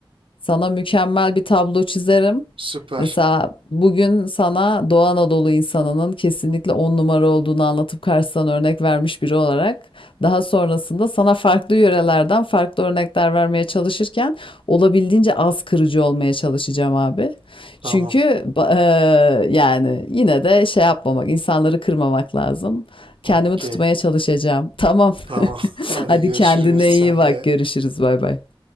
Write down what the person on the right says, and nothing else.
Süper.
Tamam.
Okey.
Tamam.
<laughs> Hadi
görüşürüz.
Sen
de.